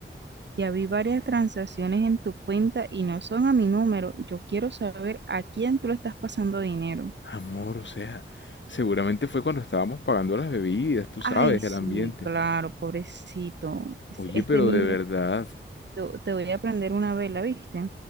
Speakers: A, on the right; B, on the left.
A: Ya vi varias transacciones en tu cuenta y no son a mi número. Yo quiero saber a quién tú le estás pasando dinero.
B: Amor, o sea, seguramente fue cuando estábamos pagando las bebidas, tú
A: Ay,
B: sabes,
A: sí,
B: el ambiente.
A: claro, pobrecito. Este,
B: Oye,
A: este
B: pero
A: niño,
B: de verdad,
A: te, te voy a prender una vela, ¿viste?